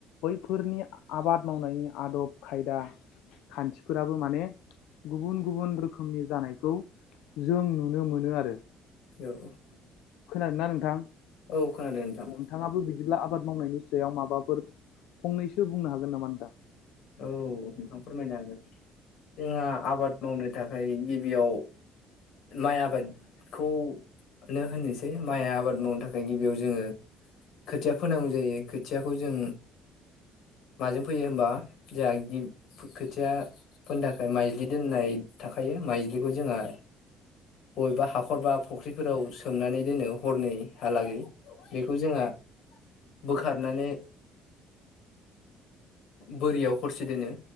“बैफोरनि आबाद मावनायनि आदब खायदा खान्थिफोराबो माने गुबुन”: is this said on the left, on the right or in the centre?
Left